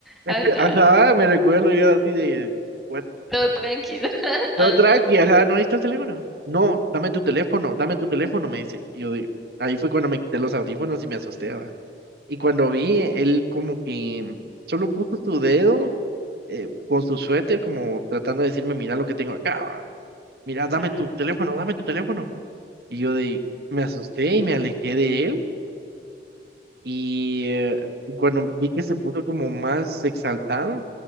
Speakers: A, on the right; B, in the centre.
A: <laughs>
B: Ajá,
A: Ajá, me recuerdo yo así de, what
B: todo tranquilo. <laughs>
A: No, tranqui, ajá, no, ahí está el teléfono. No, dame tu teléfono, dame tu teléfono, me dice. Y yo digo, ahí fue cuando me quité los audífonos y me asusté, ¿va? Y cuando vi, él como que solo puso su dedo eh, con su suéter, como tratando de decirme, mira lo que tengo acá, ¿va? Mira, dame
B: Ajá.
A: tu teléfono, dame tu teléfono. Y yo de, me asusté y me alejé de él. Y eh, cuando vi que se puso como más exaltado,